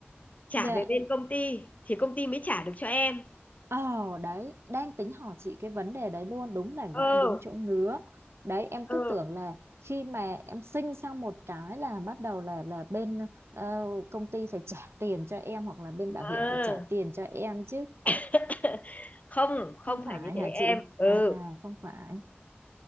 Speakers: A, on the left; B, on the right.
A: trả
B: Dạ
A: về bên công ty thì công ty mới trả được cho em
B: Ờ đấy, đang tính hỏi chị cái vấn đề đấy luôn, đúng là
A: ừ
B: gãi đúng chỗ ngứa. Đấy, em cứ
A: ừ
B: tưởng là khi mà em sinh xong một cái là bắt đầu là là bên ờ, công ty phải trả tiền cho em hoặc là bên bảo
A: ừ
B: hiểm phải trả tiền cho em chứ
A: <laughs> không không
B: không phải
A: phải như thế
B: hả chị?
A: em ừ
B: À không phải.